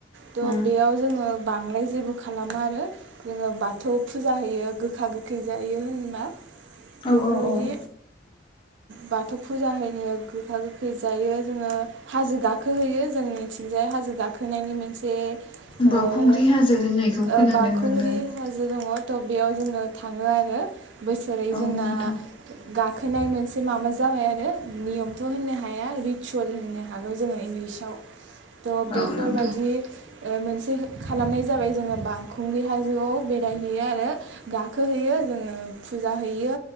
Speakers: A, on the right (about 75°); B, on the left (about 30°).
A: थ'
B: औ
A: बेयाव जोङो। बांद्राय जेबो खालामा आरो जोङो बाथौ फुजा होयो गोखा गो जायो होनबा
B: औ
A: बेफोरबायदि।
B: औ <inaudible>
A: बाथौ फुजा होननो गोखा गोखै जायो जोङो हाजो गाखोहैयो जोंनिथिंजाय हाजो गाखो। होनायनि मोनसे
B: बावखुंग्रि
A: ओ-ओ-बाखुंग्रि
B: हाजो होननायखौ खोनादों नोंथां
A: हाजो दङ। थ' बेयाव जोङो थाङो आरो बोसोरै
B: औ
A: जोंना।
B: नोंथां
A: गाखोनाय मोनसे माबा जाबाय आरो नियमथ' होननो हाया रिसुयेल होननो हागौ जोङो। आव थ' बेफोरबायदि।
B: औ नोंथां
A: ओ-मोनसे खालामनाय जाबाय जोङो बाखंग्रि हाजोआव बेरायहैयो आरो गा खोहैयो जोङो फुजा हैयो